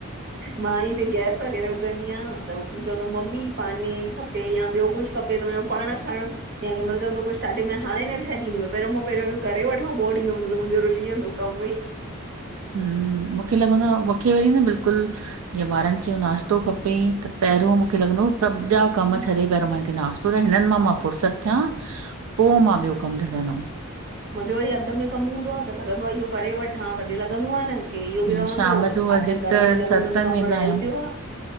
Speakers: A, on the right; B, on the right.
A: मां ही हिते गैस वग़ैरह उॻंदी आयां, त पो पो चवंदो मम्मी पाने ई खप पे या ब्यो कुझ खपे, त पाण खण। या केमल चवंदो कुछ ठाए में हाणे न ठाए डिनदीमैं पहिरियो मां पहिरं हे करे वठ पो डिनदम मुंजो रूली वेदों कम ही।
B: हम्म, मूंखे लॻंदो आ, मूंखे वरी न बिल्कुल जीअं ॿारन चयो नाश्तो खपे त पहरियों मूंखे लॻंदो सभ जा कम
A: हम्म
B: मां छॾे पहरियों मां हिनखे नाश्त छो त हिनन मां मां फ़ुरसत थ्यां पो मां ब्यो कम ॾिसंदम।
A: मुंजो वरी अध में कम हूंदो आ त लॻंदो आ इहो करे वठां वरी लॻंदो आ न की की इहो बि
B: ईअं
A: रहंदो
B: शाम जो
A: आख़िर
B: अधिकतर
A: घर में लॻंदन
B: सत्संग
A: कम
B: वेंदा
A: रेयल
B: आहियूं
A: प्यो आ